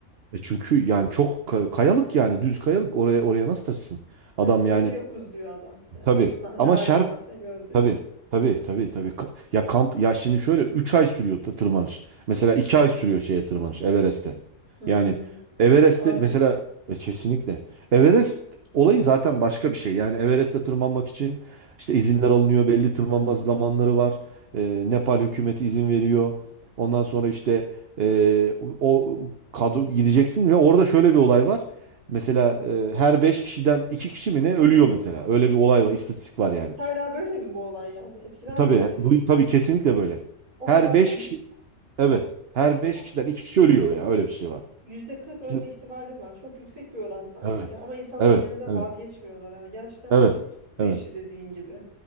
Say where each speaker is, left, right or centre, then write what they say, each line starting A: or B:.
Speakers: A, on the right (about 50°); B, on the right (about 80°).
A: e çünkü yani çok ka- kayalık yani düz kayalık. Oraya oraya nasıl taşısın?
B: Ha
A: Adam
B: biz orada
A: yani
B: yokuz diyor adam yani.
A: tabii.
B: Ne,
A: Ama
B: ne halin
A: şerp
B: varsa gör diyor.
A: Tabii. Tabii tabii tabii. Ka- Ya kamp ya şimdi şöyle 3 ay sürüyor tı- tırmanış. Mesela 2 ay sürüyor şeye tırmanış Everest'e.
B: Hmm,
A: Yani Everest'te
B: iki ay.
A: mesela e, kesinlikle. Everest olayı zaten başka bir şey. Yani Everest'te tırmanmak için işte izinler alınıyor. Belli tırmanma
B: Hı hı.
A: zamanları var. E, Nepal hükümeti izin veriyor. Ondan sonra işte e, o kadro gideceksin ve orada şöyle bir olay var. Mesela e, her 5 kişiden 2 kişi mi ne ölüyor mesela. Öyle bir olay var. istatistik var yani.
B: Hala böyle mi bu olay yani? Eskiden
A: Tabii
B: mi böyle?
A: bu tabii
B: Ah,
A: kesinlikle böyle.
B: o
A: Her
B: kadar
A: 5
B: tehlik.
A: kişi evet. Her 5
B: Çok
A: kişiden 2 kişi ölüyor ya öyle bir şey var.
B: yüzde kırk
A: Şimdi
B: ölme ihtimalim var. Çok yüksek bir oran sanki
A: evet.
B: ya. Ama insanlar
A: Evet.
B: gene de
A: Evet.
B: vazgeçmiyorlar. Yani gerçekten
A: Evet.
B: bu bir tutku
A: Evet.
B: işi dediğin gibi.